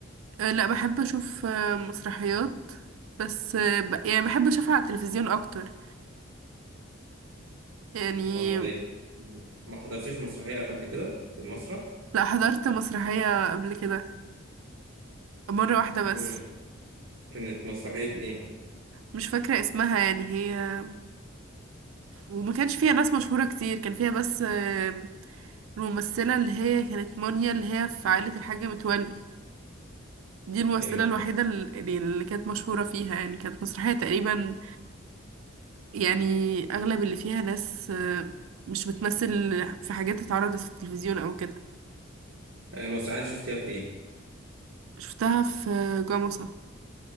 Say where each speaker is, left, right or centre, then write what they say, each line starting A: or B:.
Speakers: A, on the right; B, on the right.
A: آه، لا بحب اشوف آه، مسرحيات بس آه، ب- يعني بحب اشوفها على التلفزيون اكتر يعني
B: آه زي ما حضرتيش مسرحية قبل كده في المسرح؟
A: لا حضرت مسرحية قبل كده مرة واحدة بس
B: مم. كانت مسرحية إيه؟
A: مش فاكرة اسمها يعني هي وما كانش فيها ناس مشهورة كتير كان فيها بس آه، الممثلة اللي هي كانت مونيا اللي هي في عائلة الحاجة متولي دي الممثلة
B: أيوه
A: الوحيدة اللي, اللي كانت مشهورة فيها يعني كانت مسرحية تقريبا يعني أغلب اللي فيها ناس آه، مش بتمثل في حاجات اتعرضت في التلفزيون أو كده
B: أيوة، المسرحية دي شفتيها فين؟
A: شفتها في جمصة